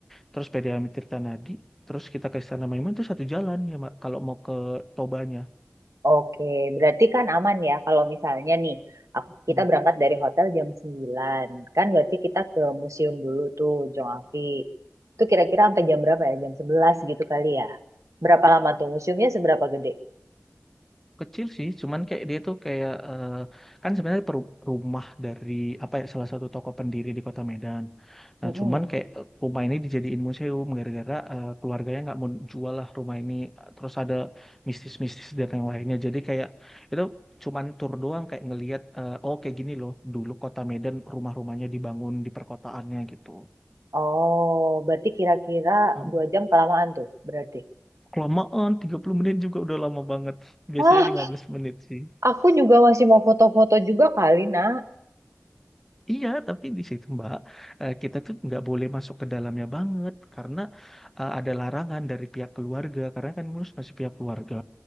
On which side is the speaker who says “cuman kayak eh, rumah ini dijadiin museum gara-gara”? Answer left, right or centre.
Centre